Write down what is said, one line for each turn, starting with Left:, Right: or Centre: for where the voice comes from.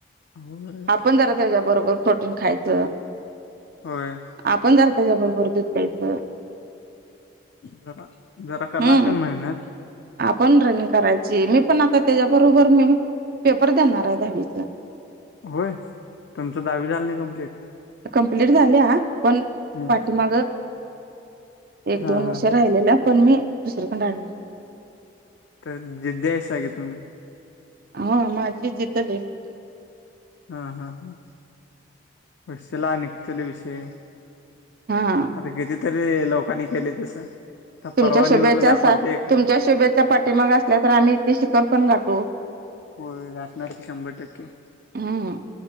Left: होय
Right: आपण जरा त्याच्याबरोबर प्रोटीन खायचं.
Left: होय
Right: आपण जरा त्याच्याबरोबर दुध प्यायचं.
Left: जरा जरा करा
Right: हम्म
Left: लागते मेहनत.
Right: आपण रर्निंग करायची मी पण आता त्याच्याबरोबर मी पेपर देणार आहे दहावीचा.
Left: होय तुमचं दहावी झालं नाही कप्लीट?
Right: कंप्लीट झाल्या पण
Left: हम्म
Right: पाठीमाग एक
Left: हा
Right: दोन
Left: हा
Right: वर्ष
Left: हा
Right: राहिलेल्या पण मी दुसरीकडं ऍडमिशन टाकलेलं.
Left: तर जे द्यायच आहे का तुम्ही?
Right: हा माझी जिद्द लय आहे.
Left: हा हा हा बसेला निघतील विषय
Right: हा
Left: आता किती तरी लोकांनी केले तसं तर
Right: तुमच्या
Left: परवा
Right: शुभेच्छा
Left: न्यूजला दाखवाल ते एक
Right: तुमच्या शुभेच्छा पाठीमाग असल्या तर आम्ही तेे शिखर पण गाठू.
Left: हो गाठणार की शंभर टक्के.
Right: हम्म